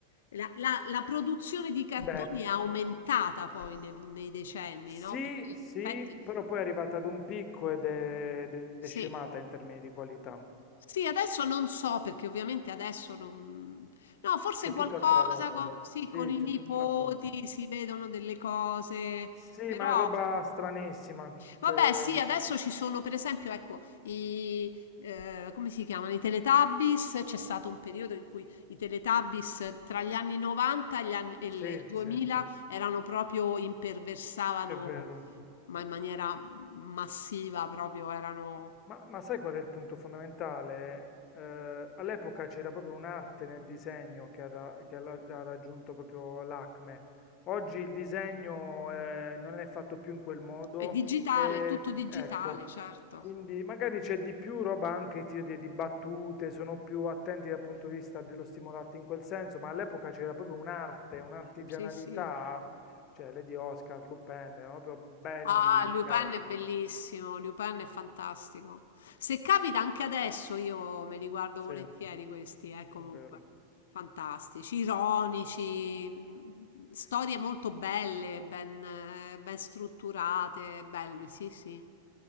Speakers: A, on the left (about 60°); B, on the left (about 35°).
A: la, la- la produzione di cartoni
B: Beh,
A: è aumentata poi nel- nei decenni,
B: sì,
A: no? Perché in
B: sì,
A: effetti
B: però poi è arrivata ad un picco ed è, ed
A: sì.
B: è scemata in termini di qualità.
A: Sì, adesso non so perché ovviamente adesso non... No, forse
B: C'è
A: qualcosa,
B: tutt'altra roba
A: co-
B: adesso,
A: sì,
B: sì,
A: con i
B: c'è
A: nipoti
B: tut- appunto.
A: si vedono delle cose,
B: Sì,
A: però...
B: ma è roba stranissima,
A: Vabbè,
B: cioè,
A: sì, adesso ci sono per esempio, ecco, i... eh, come si chiamano? I Teletubbies, c'è stato un periodo in cui i Teletubbies tra gli anni 90 e, gli anni- e il
B: sì,
A: e il 2000
B: sì,
A: erano proprio, imperversavano,
B: è vero.
A: ma in maniera massiva, proprio erano...
B: Ma, ma sai qual è il punto fondamentale? Eh, all'epoca c'era proprio un'arte nel disegno che, ha, ra- che ha la- ha raggiunto proprio l'acme. Oggi il disegno eh, non è fatto più in quel modo,
A: È digitale,
B: eh,
A: è tutto digitale,
B: ecco,
A: certo.
B: quindi magari c'è di più roba anche tiro di, di battute, sono più attenti dal punto di vista dello stimolarti in quel senso, ma all'epoca c'era proprio un'arte, un'artigianalità,
A: Sì, sì.
B: cioè Lady Oscar, Lupin, erano proprio belli,
A: Ah, Lupin
B: belli,
A: è bellissimo, Lupin è fantastico. Se capita anche adesso io me li guardo
B: sì,
A: volentieri
B: è
A: questi, eh, comunque.
B: vero.
A: Fantastici, ironici, mh, storie molto belle, ben, eh, ben strutturate, bello, sì, sì,